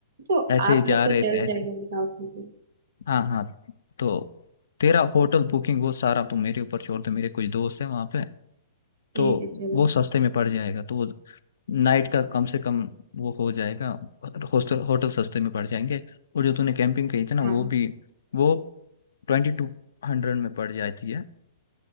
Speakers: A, on the right; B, on the left.
A: तो
B: ऐसे
A: आप
B: ही
A: लोग
B: जा
A: को
B: रहे
A: चल
B: थे ऐसे
A: जाएगा विदाउट वीजा
B: हाँ हाँ तो तेरा होटल बुकिंग वो सारा तुम मेरे ऊपर छोड़ दो मेरे कुछ दोस्त हैं वहाँ पे तो
A: ठीक है चलो
B: वो सस्ते में पड़ जाएगा तो वो नाइट का कम से कम वो हो जाएगा हॉस्टल होटल सस्ते में पड़ जाएंगे और जो तूने कैंपिंग कही थी ना
A: हाँ
B: वो भी वो ट्वेंटी टू हंड्रेड में पड़ जाती है